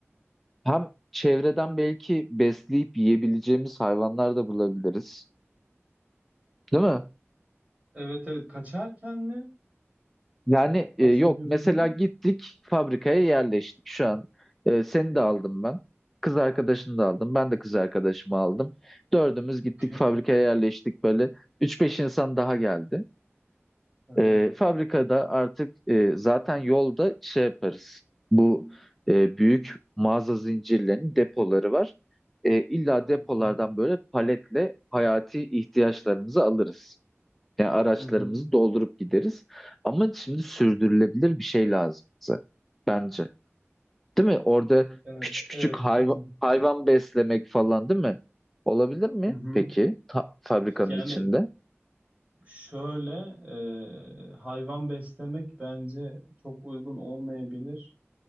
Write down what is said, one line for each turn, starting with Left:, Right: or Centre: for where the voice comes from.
Centre: Hem çevreden belki besleyip yiyebileceğimiz hayvanlar da bulabiliriz. Değil mi?
Right: Evet evet kaçarken mi
Centre: Yani e,
Right: bahsediyoruz
Centre: yok mesela
Right: bunu?
Centre: gittik fabrikaya yerleştik şu an. E, seni de aldım ben. Kız arkadaşını da aldım. Ben de kız arkadaşımı aldım. Dördümüz gittik
Right: Okey.
Centre: fabrikaya yerleştik böyle. Üç beş insan daha geldi.
Right: Hı hı.
Centre: E, fabrikada artık e, zaten yolda şey yaparız. Bu e, büyük mağaza zincirlerinin depoları var. E, illa depolardan
Right: Hı hı.
Centre: böyle paletle hayati ihtiyaçlarımızı alırız. Yani araçlarımızı
Right: Hı hı.
Centre: doldurup gideriz. Ama şimdi sürdürülebilir bir şey lazım bize. Bence. Değil mi? Orada
Right: Evet,
Centre: küçük
Right: evet
Centre: küçük hayvan,
Right: kesin.
Centre: hayvan beslemek falan değil mi? Olabilir mi
Right: Hı hı.
Centre: peki? Ta- fabrikanın
Right: Yani
Centre: içinde.
Right: şöyle e, hayvan beslemek bence çok uygun olmayabilir.